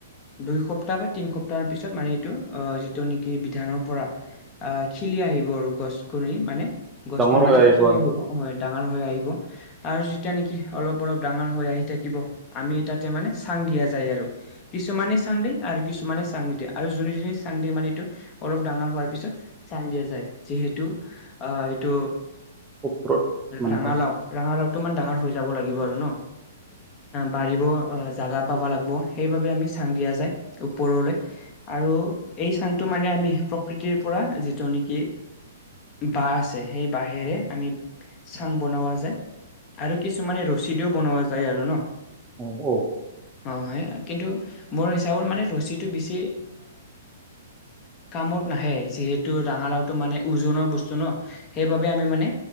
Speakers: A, on the left; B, on the right.
A: দুই সপ্তাহ বা তিন সপ্তাহ পিছত মানে এইটো আহ যিটো নেকি বিধানৰ পৰা আহ খিলি আহিব আৰু গছ কনি মানে গছখন
B: ডাঙৰ
A: মানে
B: হৈ
A: খিলি
B: আৰু
A: আহিব
B: না
A: হয় ডাঙৰ হৈ আহিব আৰু যেতিয়া নেকি অলপ অলপ ডাঙৰ হৈ আহি থাকিব আমি তাতে মানে চাং দিয়া যায় আৰু কিছুমানে চাং দিয়ে আৰু কিছুমানে চাং নিদিয়ে আৰু জোনে জোনে চাং দিয়ে মানে এইটো অলপ ডাঙৰ হোৱাৰ পিছত চাং দিয়া যাই যিহে তু এইটো
B: ওপৰত মানে
A: ৰাঙালাও
B: হয়
A: ঙালাওটো মানে ডাঙৰ হৈ যাব লাগিব আৰু ন বাঢ়িব জেগা পাব লাগিব সেই বাবে আমি চাং দিয়া যায় ওপৰলৈ আৰু এই চাংটো মানে আমি প্ৰকৃতিৰ পৰা যিটো নেকি বাঁহ আছে সেই বাঁহেৰে আমি চাং বনোৱা যায় আৰু কিছুমানে ৰছিদও বনোৱা যায় আৰু ন।
B: অ', অ'।
A: হয় হয় কিন্তু মোৰ হিচাপৰ মানে ৰছীটো বেছি কামত নাহে যিহেতু ৰাঙালাওটো মানে ওজনৰ বস্তু ন সেইবাবে আমি মানে